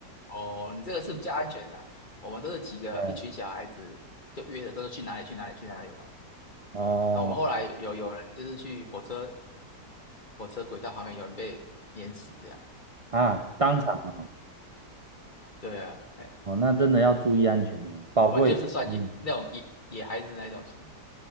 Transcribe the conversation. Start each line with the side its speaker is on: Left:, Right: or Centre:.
Left: 哦，你这个是比较安全的啦我们都是几个一群小孩子就约的，
Right: 哎，
Left: 都是去哪里去哪里去哪里玩。
Right: 哦
Left: 那我们后来有有人就是去火车火车轨道旁边有人被碾死这样。
Right: 啊，当场哦，
Left: 对啊，哎呀，
Right: 哦，那真的要注意安全呢，宝贵的生命。
Left: 我们就是算野那种野野孩子那种型的，